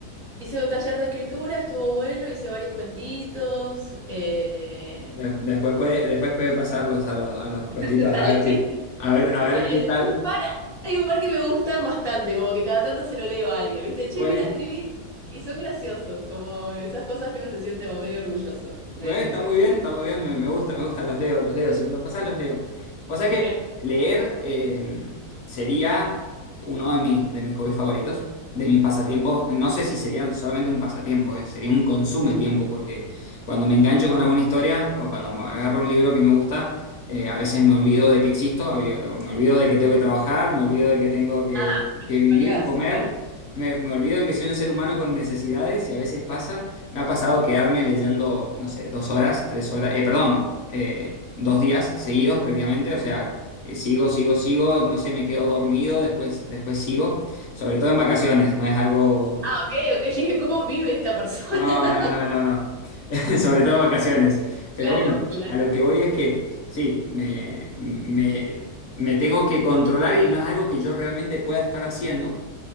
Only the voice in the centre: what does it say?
hice un taller de escritura, estuvo bueno, hice varios cuentitos. eh,
<laughs>
Hay,
hay
un par, hay un par que me gustan bastante, como que cada tanto se lo leo a alguien, ¿viste? Che,
mira, escribí y son graciosos, como esas cosas que uno se siente como medio orgulloso de
que...
¿Eh?
Ah,
me colgás.
claro.
Ah, Ok, ok, yo dije, ¿cómo vive esta persona?
<laughs>
Claro,
claro.